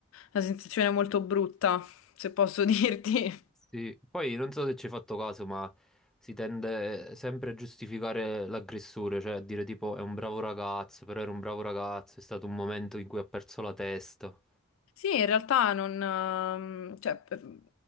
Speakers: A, on the left; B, in the centre.
A: una sensazione molto brutta, se posso <laughs> dirti.
B: Sì, poi non so se ci hai fatto caso, ma si tende sempre a giustificare l'aggressore, cioè a dire tipo è un bravo ragazzo, però era un bravo ragazzo, è stato un momento in cui ha perso la testa.
A: Sì, in realtà non, ehm, cioè, eh,